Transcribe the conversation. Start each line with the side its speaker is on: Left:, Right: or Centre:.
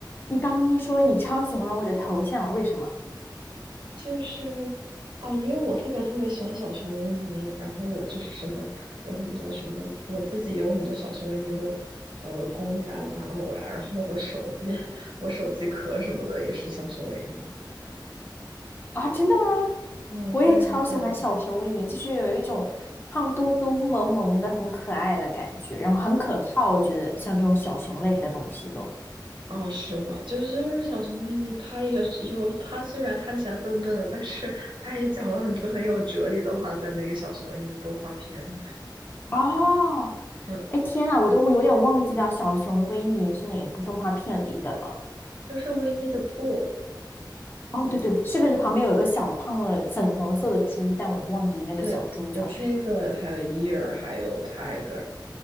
Left: 你刚刚说你超喜欢我的头像，为什么
Right: 就是哦，因为我特别特别喜欢小熊维尼，然后我就是什么有很多什么，我自己有很多小熊维尼的呃公仔玩偶呀，然后我手机 <laughs> 我手机壳什么的也是小熊维尼。
Left: 啊？真的吗？
Right: 哦，
Left: 我也超喜欢小熊维尼，
Right: 对呀，对呀，
Left: 就是有一种胖嘟嘟、萌萌的、很可爱的感觉，然后很可靠。我觉得像这种小熊类的东西都
Right: 哦，是吗？就是就是小熊维尼，他也是有他虽然看起来笨笨的，但是他也讲了很多很有哲理的话，在那个小熊维尼的动画片里。面。
Left: 哦，
Right: 嗯，
Left: 哎天呐，我都有点忘记掉小熊维尼是哪部动画片里的了。
Right: 就是维尼的布，
Left: 哦，对对对，是不是旁边有一个小胖的粉红色的猪？但我忘记那个小猪叫什么。
Right: 对，有 Piglet，还有 Ear，还有 Tiger。